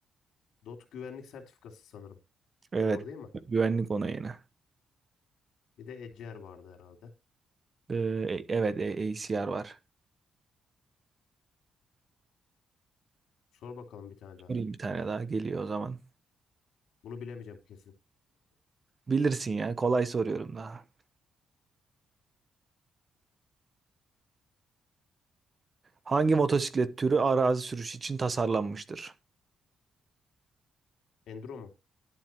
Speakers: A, on the left; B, on the right.
A: DOT güvenlik sertifikası sanırım.
B: Evet.
A: Doğru değil mi?
B: Güvenlik onayını.
A: Bir de Eczer vardı herhalde.
B: Ee, e- evet e- ACR var.
A: Sor bakalım bir tane daha.
B: Sorayım bir tane daha geliyor o zaman.
A: Bunu bilemeyeceğim kesin.
B: Bilirsin ya kolay soruyorum daha. Hangi motosiklet türü arazi sürüşü için tasarlanmıştır?
A: Endro mu?